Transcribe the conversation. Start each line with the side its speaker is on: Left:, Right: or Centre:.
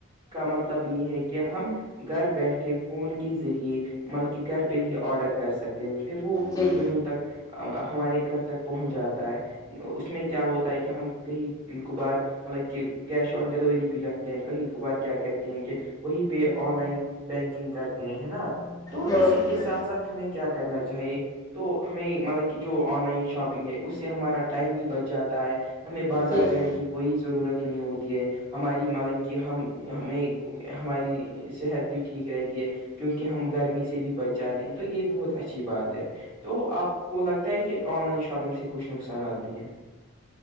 Right: کا مطلب یہ ہے کہ کیا ہم گھر بیٹھے فون کے ذریعے بلکہ گھر پہ ہی آرڈر کر سکتے پھر وہ کچھ
Left: جی
Right: دنوں تک ہمارے گھر تک پہنچ جاتا ہے اس میں کیا ہوتا ہے کہ ہم کہیں قبار مطلب کہ کیش آن ڈیلوری بھی رکھ کہیں ک بار کیا کہتے ہیں کہ وہی پہ آن لائن بینکنگ کرتے ہیں ہے نا تو
Left: ہاں
Right: اسی کے
Left: ہاں
Right: ساتھ ساتھ ہمیں کیا کرنا چاہیے تو ہمیں مطلب کہ جو آن لائن شاپنگ ہے اس سے ہمارا ٹائم بھی بچ جاتا ہے ہمیں بازار
Left: جی
Right: جانے کی کوئی ضرورت نہیں ہوتی ہے ہماری مالک کی ہم ہمیں ہماری صحت بھی ٹھیک رہتی ہے کیونکہ ہم گرمی سے بھی بچ جاتے ہیں تو یہ بہت اچھی بات ہے تو آپ کو لگتا ہے کہ آن لائن شاپنگ سے کچھ نقصانات بھی ہیں